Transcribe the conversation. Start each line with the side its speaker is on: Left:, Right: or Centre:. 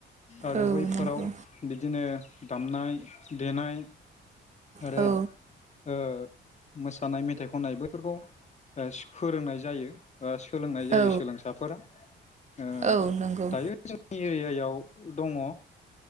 Left: आरो
Right: औ
Left: बैफोराव
Right: नंगौ
Left: बिदिनो। दामनाय देनाय, आरो
Right: औ
Left: ओ मोसानाय, मेथाइ खननाय बैफोरखौ अ फोरोंनाय जायो। ओ सोलोंनाय जायो
Right: औ
Left: सोलोंसाफोरा। ओ
Right: औ नंगौ
Left: दायो जोंनि एरियायाव दङ ओ